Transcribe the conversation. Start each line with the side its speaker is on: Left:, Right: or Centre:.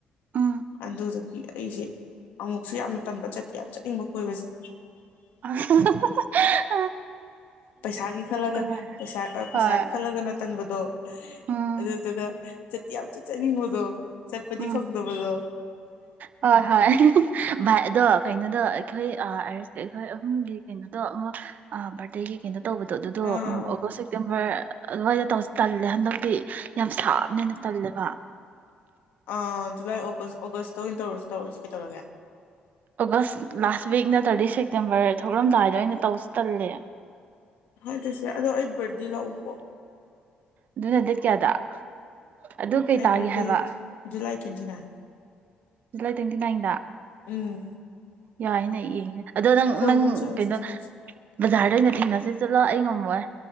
Right: ꯎꯝ
Left: ꯑꯗꯨꯗꯨ꯫ ꯑꯩꯁꯦ ꯑꯃꯨꯛꯁꯨ ꯌꯥꯝꯅ ꯇꯟꯕ ꯆꯠꯇꯦ ꯌꯥꯝ ꯆꯦ ꯅꯤꯡꯅꯤꯡꯕ ꯀꯣꯏꯕꯁꯦ
Right: ꯑ
Left: ꯄꯩꯁꯥꯒꯤ ꯈꯜꯂꯒ
Right: ꯉꯥꯏꯔꯦ
Left: ꯄꯩꯁꯥ ꯄꯩꯁꯥꯒꯤ
Right: ꯍꯣꯏ
Left: ꯈꯜꯂꯒꯅ ꯇꯟꯕꯗꯣ
Right: ꯎꯝ
Left: ꯑꯗꯨꯗꯨꯒ ꯆꯇꯤꯌꯥꯜ ꯆ ꯆꯅꯤ ꯃꯗꯨꯣ ꯆꯠꯄꯗꯤ
Right: ꯎꯝ
Left: ꯐꯪꯗꯕꯒ
Right: ꯍꯣꯏ ꯍꯣꯏ ꯚꯥꯏ ꯑꯗꯣ ꯀꯩꯅꯣꯗꯣ ꯑꯩꯈꯣꯏ ꯑꯔꯤꯁ ꯑꯩꯈꯣꯏ ꯑꯍꯨꯝꯒꯤ ꯀꯩꯅꯣꯗꯣ ꯑꯃꯨꯛ ꯕꯥꯔꯊꯗꯦꯒꯤ ꯀꯩꯅꯣ ꯇꯧꯕꯗꯣ ꯑꯗꯨꯗꯣ
Left: ꯑꯥ
Right: ꯑꯣꯒꯁ ꯁꯦꯞꯇꯦꯝꯕꯔ ꯑꯗꯨꯋꯥꯏꯗ ꯇꯧ ꯇꯜꯂꯦ ꯍꯟꯗꯛꯇꯤ ꯌꯥꯝ ꯁꯥꯞꯅꯅ ꯇꯜꯂꯦꯕ
Left: ꯑꯥ ꯖꯨꯂꯥꯏ ꯑꯣꯒꯁ ꯑꯣꯒꯁꯇ ꯑꯣꯏꯅ ꯇꯧꯔꯁꯨ ꯇꯧꯔꯁꯤ ꯀꯩ ꯇꯧꯔꯒꯦ
Right: ꯑꯣꯒꯁ ꯂꯥꯁ ꯋꯤꯛꯅꯠꯇꯥꯔꯇꯤ ꯁꯦꯞꯇꯦꯝꯕꯔ ꯊꯣꯛꯂꯝꯗꯥꯏꯗ ꯑꯣꯏꯅ ꯇꯧꯁꯤ ꯇꯜꯂꯦ
Left: ꯍꯣꯏ ꯇ ꯁꯤ ꯑꯗꯣ ꯑꯩꯕ ꯗꯤꯜꯍꯧꯄ
Right: ꯑꯗꯨꯅ ꯗꯦꯠ ꯀꯌꯥꯗ ꯑꯗꯨ ꯀꯩ
Left: ꯑꯩ
Right: ꯇꯥꯒꯦ
Left: ꯕꯥꯔꯗꯦ
Right: ꯍꯥꯏꯕ
Left: ꯖꯨꯂꯥꯏ ꯇ꯭ꯋꯦꯟꯇꯤ ꯅꯥꯏꯟ
Right: ꯨꯂꯥꯏ ꯇꯤꯟ ꯏꯗ
Left: ꯎꯝ
Right: ꯌꯥꯏꯅ ꯌꯦꯡꯒꯦ ꯑꯗꯣ ꯅꯪ
Left: ꯀꯣꯏꯕ
Right: ꯅꯪ
Left: ꯆꯠꯂꯁꯦ
Right: ꯀꯩꯅꯣ
Left: ꯆꯠꯂꯁꯦ
Right: ꯕꯖꯥꯔꯗꯩꯅ ꯊꯦꯡꯦ ꯆꯠꯂ ꯑꯩ ꯉꯝꯃꯣꯏ